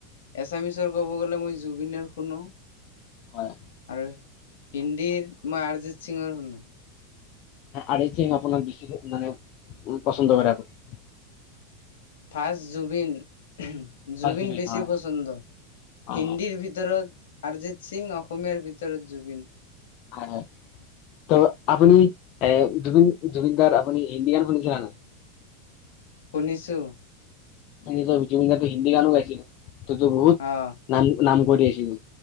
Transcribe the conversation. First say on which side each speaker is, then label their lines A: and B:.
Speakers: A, on the left; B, on the left.
A: এছামিছৰ ক'ব গ'লে মই জুবিনৰ শুনো।
B: হয়
A: আৰু, হিন্দীৰ তোমাৰ আৰজিত সিঙৰ শুনো।
B: <unintelligible> মানে, পচন্দ কৰে <unintelligible>
A: ফাষ্ট জুবিন। উমহ। জুবিন
B: হয়
A: বেছি
B: হয়
A: পচন্দ,
B: অ
A: হিন্দীৰ ভিতৰত অৰিজিত সিং অসমীয়াৰ ভিতৰত জুবিন।
B: হয় হয় ত' আপুনি এ জুবিন জুবিনদাৰ আপুনি ইণ্ডিয়ান শুনিছিলে নাই?
A: শুনিছোঁ।
B: <unintelligible> হিন্দী গানো গাইছিল, তো বহুত
A: অঁ।
B: নাম নাম কৰি আছিল